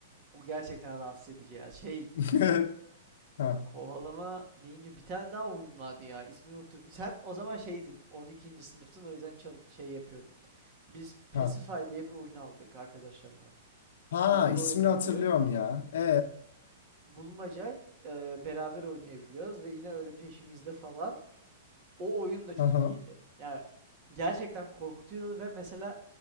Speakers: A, on the right; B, on the left.
A: o gerçekten rahatsız edici ya. Şey
B: <laughs> Ha,
A: kovalama deyince bir tane daha oyun vardı ya. İsmini unuttum. Sen o zaman şeydin. 12. sınıftın o yüzden çal- şey yapıyordun. Biz Pacify
B: ha.
A: diye bir oyun aldık arkadaşlarla.
B: Ha
A: Korku
B: ismini
A: oyunuydu.
B: hatırlıyorum ya. E,
A: Bulmaca e, beraber oynayabiliyoruz ve yine öyle peşimizde falan. O oyun da çok
B: hı hı.
A: iyiydi. Yani gerçekten korkutuyordu ve mesela